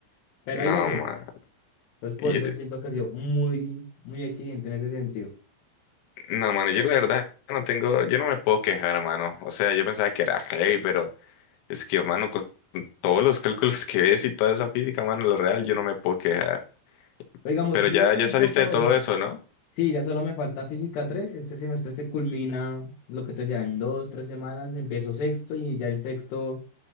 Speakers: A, on the left (about 65°); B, on the left (about 85°).
A: Pero
B: no,
A: ahí la llevo.
B: mano.
A: Entonces,
B: Y-
A: por eso siento que ha sido muy, muy exigente en ese sentido.
B: No, mano, yo la verdad no tengo, yo no me puedo quejar, mano. O sea, yo pensaba que era heavy, pero. Es que, mano, con con todos los cálculos que ves y toda esa física, mano, lo real, yo no me puedo quejar.
A: Pero digamos,
B: Pero
A: yo
B: ya,
A: ya pasé
B: ya saliste
A: por todo
B: de todo
A: eso.
B: eso, ¿no?
A: Sí, ya solo me falta física tres Este semestre se culmina lo que te decía en dos, tres semanas. Empiezo sexto y ya en sexto